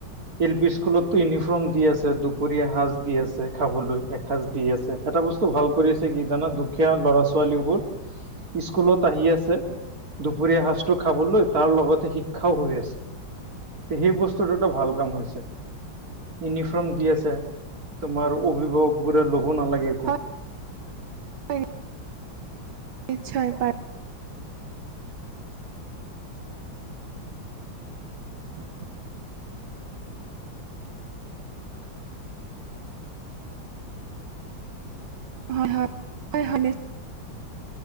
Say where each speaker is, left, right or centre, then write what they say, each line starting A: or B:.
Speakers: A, on the right; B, on the right.
A: এল পি স্কুলতো ইউনিফৰ্ম দি আছে দুপৰীয়া সাঁজ দি আছে খাবলৈ এসাঁজ দি আছে। এটা বস্তু ভাল কৰি আছে কি জানা দুখীয়া ল'ৰা-ছোৱালীবোৰ। স্কুলত আহি আছে দুপৰীয়া সাঁজটো খাবলৈ তাৰ লগতে শিক্ষাও হৈ আছে। তে সেই বস্তুটোতো ভাল কাম হৈছে। ইউনিফৰ্ম দি আছে তোমাৰ অভিভাৱকবোৰে ল'ব নালাগে একো।
B: হয় হয় নিশ্চয় পায়। হুম হুম। হয় হয়, হয় হয়, নিশ